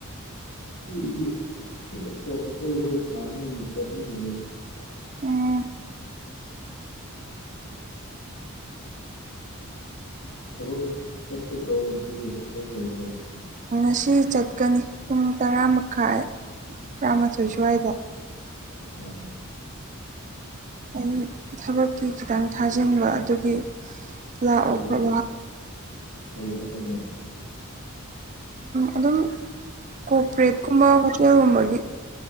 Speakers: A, on the left (about 80°); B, on the right (about 35°).
A: ꯑꯩꯗꯤ ꯀꯩꯅꯣ ꯄꯣꯔꯇꯨꯀꯣꯜꯈꯣꯏ ꯁꯥꯟꯅꯕ ꯅꯨꯃꯤꯠꯇ ꯑꯗꯨꯝ ꯌꯦꯡꯉꯦꯗ
B: ꯎꯝ
A: ꯊꯕꯛ ꯆꯠꯀꯗ꯭ꯔꯣ ꯉꯁꯤꯗꯤ ꯊꯕꯛ ꯂꯩꯕ꯭ꯔꯣ
B: ꯉꯁꯤ ꯆꯠꯀꯅꯤ ꯄꯨꯡ ꯇꯔꯥ ꯃꯈꯥꯏ ꯇꯔꯥꯃꯥꯊꯣꯏ ꯁ꯭ꯋꯥꯏꯗ
A: ꯑ
B: ꯑꯩ ꯊꯕꯛꯀꯤ ꯈꯤꯇꯪ ꯊꯥꯖꯤꯟꯕ ꯑꯗꯨꯒꯤ ꯂꯥꯛꯑꯣ
A: ꯀꯔꯤ
B: ꯐ
A: ꯊꯕꯛ
B: ꯎ
A: ꯀꯔꯤ ꯊꯕꯛꯅꯣ
B: ꯑꯗꯨꯝ ꯀꯣꯄꯔꯦꯠꯀꯨꯝꯕ ꯍꯣꯇꯦꯜꯒꯨꯝꯕꯒꯤ